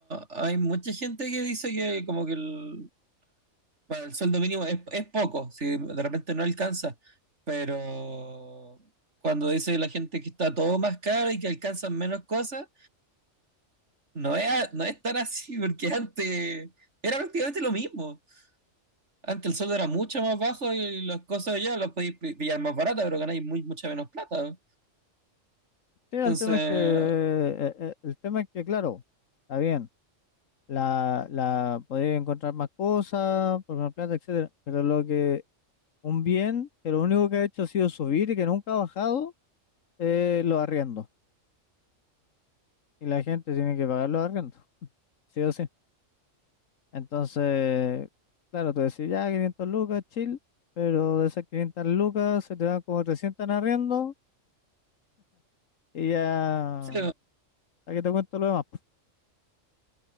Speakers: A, on the right; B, on the left.
A: hay mucha gente que dice que como que el, bueno, el sueldo mínimo es, es poco, si de repente no alcanza, pero cuando dice la gente que está todo más caro y que alcanzan menos cosas. No es, a- no es tan así, porque antes era prácticamente lo mismo. Antes el sueldo era mucho más bajo y las cosas allá las podéis pi- pillar más baratas, pero ganáis muy, mucha menos plata.
B: Sí, el
A: Entonces,
B: tema es que, eh, eh, el tema es que, claro, está bien, la, la podría encontrar más cosas, por más plata, etcétera, pero lo que, un bien que lo único que ha hecho ha sido subir y que nunca ha bajado, eh, los arriendos. Y la gente tiene que pagar los arriendos, sí o sí. Entonces, claro, tú decís, ya, 500 lucas, chill, pero de esas 500 lucas se te dan como 300 en arriendo y ya,
A: sí,
B: ¿para qué te cuento lo demás? po?